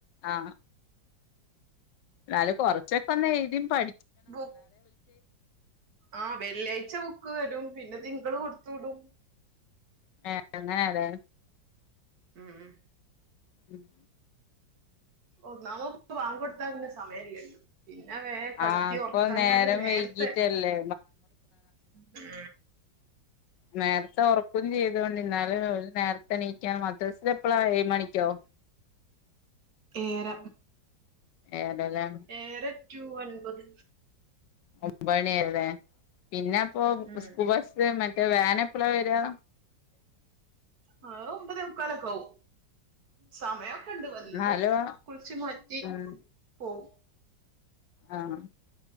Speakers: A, on the left; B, on the right.
A: ആ ന്നാല് കൊറച്ചൊക്കൊന്ന് എഴുതി പഠിക്ക
B: ബുക്ക് ആ വെള്ളിയാഴ്ച ബുക്ക് വരും. പിന്നെ തിങ്ക് ള് കൊടുത്തൂടും.
A: <unintelligible> ണെ അതെ
B: ഉം ഉം
A: ഉ <inaudible>
B: ഒന്നാമത് പ്പൊ വാങ്കെട്ത്താൽ പിന്നെ സ് സമയില്യ. പിന്നെ വേഗം കട്ത്തി
A: ആഹ് ഇപ്പൊ
B: ഉറക്കഞ്ഞാല്
A: നേരം
B: നേരത്തെ
A: വൈകീട്ടല്ലേ
B: ഉം
A: മേ തോ ഒർക്കും ചെയ്തൊണ്ടി. ഇന്നാ ല് ഓല് നേരത്തെണീക്കൻ മദ്രസ് എപ്പളാ ഏഴ് മണിക്കോ?
B: ഏഴര.
A: ഏഴരല്ലേ
B: ഏഴര ടു ഒൻപത്
A: ഒമ്പേണി വരെലെ. പിന്നെ അപ്പോ
B: ഉം
A: സ്കൂൾബസ് മറ്റ് റ്റ വേനഎപ്പളാ വരാ
B: ആ ഒമ്പത് മുക്കാലൊക്കെ ആവും. സമയൊക്കെണ്ട്. വന്ന്
A: എന്നാലും
B: കുളിച്ചു മാറ്റി
A: ഉം
B: പോവും.
A: ആഹ്